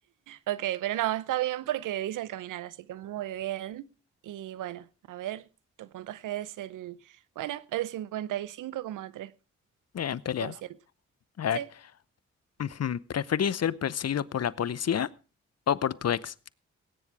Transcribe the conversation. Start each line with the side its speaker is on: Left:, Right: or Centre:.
Right: Ok, pero no, está bien porque dice al caminar, así que muy bien. Y bueno, a ver, tu puntaje es el, bueno, el cincuenta y cinco coma tres
Left: Bien peleado.
Right: por ciento
Left: A ver,
Right: Sí,
Left: ujú, ¿preferís ser perseguido por la policía o por tu ex?